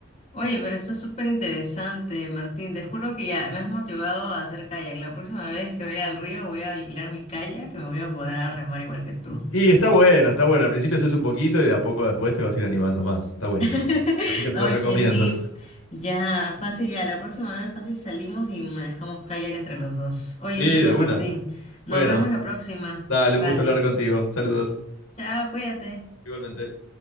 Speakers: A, on the left; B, on the left.
A: Oye, pero está súper interesante, Martín. Te juro que ya me has motivado a hacer kayak. La próxima vez que vaya al río voy a alquilar mi kayak que me voy a poder a remar igual que tú.
B: Y está bueno, está bueno. Al principio haces un poquito y de a poco después te vas a ir animando más. Está buenísimo.
A: <laughs>
B: Así que te
A: Oye,
B: lo recomiendo.
A: sí, ya, fácil, ya. La próxima vez fácil salimos y manejamos kayak entre los dos. Oye,
B: Sí,
A: súper,
B: de una.
A: Martín. Nos
B: Bueno,
A: vemos la próxima.
B: dale,
A: Vale.
B: un gusto hablar contigo. Saludos.
A: Chao, cuídate.
B: Igualmente.